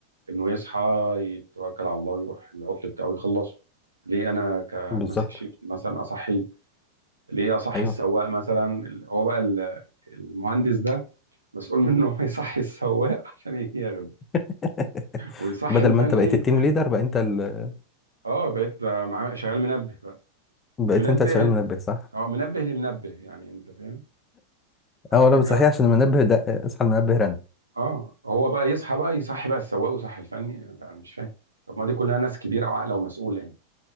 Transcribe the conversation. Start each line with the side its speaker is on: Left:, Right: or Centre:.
Right: انه يصحى يتوكل على الله ويروح العطل بتاعه يخلصه ليه انا كماسك
Left: بالظبط
Right: شيفت مثلا اصحيه ليه اصحي
Left: ايوه
Right: السواق مثلا هو بقى ال- المهندس ده مسؤول منه <laughs> هو يصحي السواق <laughs> عشان ياخده
Left: <laughs>
Right: ويصحي
Left: بدل
Right: الفني
Left: ما انت بقيت التيم ليدر بقى انت ال...
Right: اه بقيت مع- شغال منبه بقى
Left: بقيت
Right: منبه
Left: انت شغال منبه صح
Right: اه منبه لمنبه يعني انت فاهم آه،
Left: اه
Right: حاجه
Left: لا صحيح عشان المنبه ده اصحى المنبه رن
Right: اه هو بقى يصحى بقى يصحي بقى السواق ويصحي الفني انا مش فاهم طب ما دي كلها ناس كبيره وعاقله ومسؤوله يعني